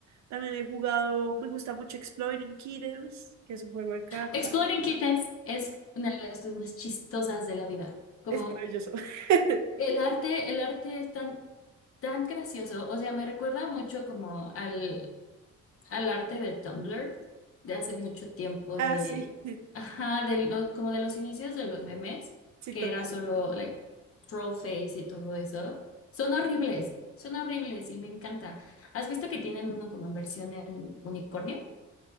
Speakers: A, on the right (about 65°); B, on the left (about 50°).
A: También he jugado, me gusta mucho Exploring Kittens, que es un juego de cartas.
B: Exploring Kittens es una de las cosas más chistosas de la vida. Como
A: Es maravilloso. <laughs>
B: el arte, el arte es tan, tan gracioso. O sea, me recuerda mucho como al, al arte de Tumblr de hace mucho tiempo
A: Ah,
B: de,
A: sí,
B: ajá, de lo- como de los inicios de los memes,
A: sí,
B: que
A: total.
B: era solo like troll face y todo eso. Son horribles, son horribles y me encanta. ¿Has visto que tienen uno como en versión en unicornio?